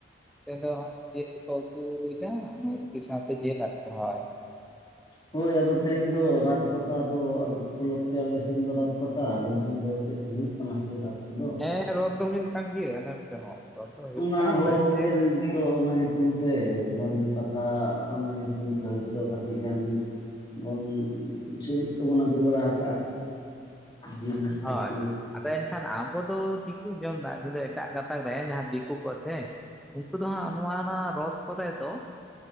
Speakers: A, in the centre; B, on the left.
A: ᱛᱤᱦᱤᱧ ᱫᱚ ᱡᱮᱞ ᱠᱚ ᱩᱛᱩ ᱦᱳᱭᱱᱟ <unintelligible> ᱥᱟᱶᱛᱮ ᱡᱮᱞ ᱟᱨᱠᱤ ᱦᱚᱭ᱾
B: ᱦᱳᱭ ᱟᱫᱚ ᱛᱮᱦᱮᱧ ᱫᱚ ᱨᱟᱛ ᱯᱟᱛᱟ ᱫᱚ ᱩᱯᱚᱞᱚᱠᱷᱮ ᱟᱞᱮ ᱥᱮᱱ ᱫᱚ ᱨᱟᱛ ᱯᱟᱛᱟ ᱟᱵᱮᱱ ᱥᱮᱱ ᱫᱚ ᱪᱮᱫ? ᱦᱩᱭᱩᱜ ᱠᱟᱱᱟ ᱥᱮ ᱨᱟᱛ ᱠᱚᱫᱚ᱾
A: ᱦᱮᱸ ᱨᱚᱫ ᱫᱚ ᱦᱩᱭᱩᱜ ᱠᱟᱱ ᱜᱮᱭᱟ ᱟᱞᱮ ᱱᱚᱛᱮ ᱦᱚᱸ᱾ ᱨᱚᱲ ᱫᱚ ᱦᱩᱭᱩᱜ
B: ᱚᱱᱟ
A: ᱠᱟᱱᱟ
B: ᱠᱚᱜᱮ
A: ᱟᱫᱚ ᱮᱱᱛᱮ
B: ᱱᱤᱛ ᱫᱚ ᱚᱱᱟ ᱧᱩᱛᱩᱢ ᱛᱮ ᱢᱟᱱᱮ ᱯᱟᱛᱟ ᱚᱱᱟ ᱧᱩᱛᱩᱢ ᱛᱮ ᱦᱳᱭᱛᱳ ᱠᱟᱹᱴᱤᱡ ᱜᱟᱱ ᱵᱚᱱ ᱪᱤᱨᱤᱡ ᱠᱚᱵᱚᱱ ᱟᱹᱜᱩ ᱵᱟᱲᱟ ᱟᱠᱟᱜᱼᱟ᱾ ᱡᱤᱞ
A: ᱟ
B: ᱦᱟᱹᱠᱩ
A: ᱦᱳᱭ ᱟᱫᱚ ᱮᱱᱠᱷᱟᱱ ᱟᱵᱚ ᱫᱚ ᱴᱷᱤᱠ ᱡᱚᱢᱫᱟ ᱠᱤᱱᱛᱩ ᱮᱴᱟᱜ ᱜᱟᱛᱟᱠ ᱨᱮ ᱡᱟᱦᱟᱸ ᱫᱤᱠᱩ ᱠᱚ ᱥᱮ ᱩᱝᱠᱩ ᱫᱚ ᱦᱟᱸᱜ ᱱᱚᱣᱟ ᱱᱚᱣᱟ ᱨᱚᱛ ᱠᱚᱨᱮ ᱫᱚ